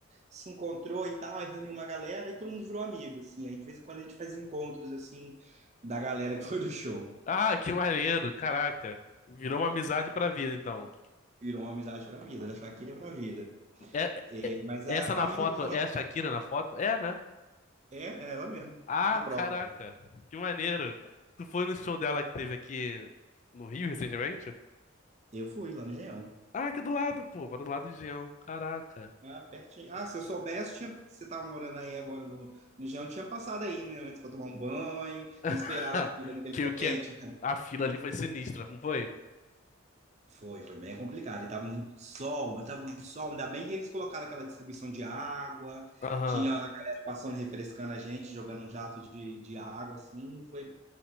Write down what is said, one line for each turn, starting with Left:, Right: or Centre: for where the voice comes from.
Right: se encontrou e tal, aí reuniu uma galera e todo mundo virou amigo, assim. Aí de vez em quando a gente faz encontros, assim, da galera que foi do show.
Left: Ah, que maneiro, caraca. Virou uma amizade pra vida, então.
Right: Virou uma amizade pra vida, da Shakira pra vida.
Left: É,
Right: É,
Left: é-
Right: mas
Left: é
Right: a
Left: essa
Right: família
Left: na foto,
Right: do seu namorado
Left: é a Shakira na foto? É, né?
Right: é ela mesmo,
Left: Ah,
Right: a própria.
Left: caraca, que maneiro. Tu foi no show dela que teve aqui no Rio recentemente?
Right: Eu fui lá no Engenhão.
Left: Ah, aqui do lado, pô, mora do lado de Engenhão. Caraca.
Right: Ah, pertinho. Ah, se eu soubesse, tinha... você tava morando aí agora no, no Engenhão, tinha passado aí, né, antes pra tomar um banho e esperar
Left: <laughs>
Right: na fila naquele
Left: Que
Right: sol
Left: o que
Right: quente.
Left: é, a fila ali foi sinistra, não foi?
Right: Foi, foi bem complicado. E tava um sol, mas tava um sol. Ainda bem que eles colocaram aquela distribuição de água.
Left: Aham.
Right: Tinha a galera passando, refrescando a gente, jogando um jato de, de água, assim. Foi,